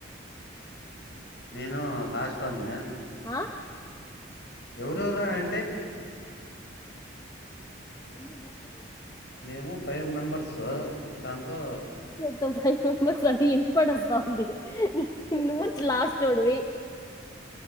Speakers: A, on the left (about 60°); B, on the left (about 20°).
A: నేను లాస్ట్ వన్న
B: ఆ
A: ఎవరెవరా అంటే
B: ఎందుకు
A: మేము ఫైవ్ మెంబర్స్ దాంతో
B: దుః ఇ మబ అని ఇ పడస్త ఉంది నుూ లాస్ట్డువి